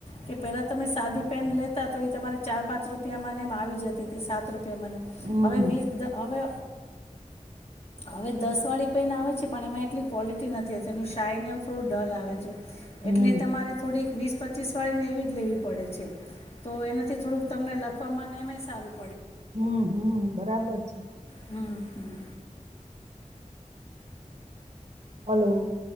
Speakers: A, on the left; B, on the right.
A: કે પહેલાં તમે સાદી પેન લેતા તો એ તમારે ચાર પાંચ રૂપિયામાંને એમ આવી જતી હતી સાત રૂપિયા રૂપિયામાં
B: હમ
A: ને હવે વિસ દ હવે હવે દસ વાળી પેન આવે છે પણ એમાં એટલી ક્વોલિટી નથીતી એનું શાય ને એવું થોડું ડલ આવે છે.
B: હમ
A: એટલે તમારે થોડીક વીસ પ પચીસવાળી ને એવી જ લેવી પડે છે. તો એના થી થોડુંક તમને લખવામાં ને એમાં ઈ સારું.
B: હમ્મ, હમ્મ બરાબર છે.
A: હમ્મ હમ્મ.
B: હલો.